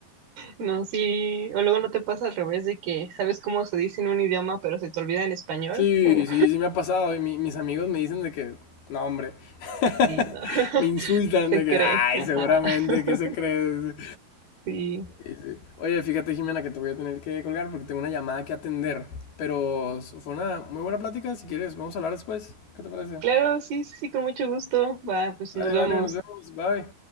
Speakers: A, on the right (about 70°); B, on the left (about 75°).
A: No, sí, o luego no te pasa al revés de que sabes cómo se dice en un idioma, pero se te olvida en español.
B: Sí,
A: O
B: sí, sí me ha pasado. Y mi- mis amigos me dicen de que, no, hombre. <laughs>
A: sí, no. <laughs>
B: Me insultan
A: Se
B: de que,
A: cree,
B: ay,
A: ajá.
B: seguramente,
A: <laughs>
B: ¿qué se cree?
A: Sí.
B: Sí, sí. Oye, fíjate, Jimena, que te voy a tener que colgar porque tengo una llamada que atender. Pero fue una muy buena plática. Si quieres, vamos a hablar después. ¿Qué te parece?
A: Claro, sí, sí, sí, con mucho gusto. Va, pues
B: Dale,
A: nos vemos.
B: dale, nos vemos. Bye.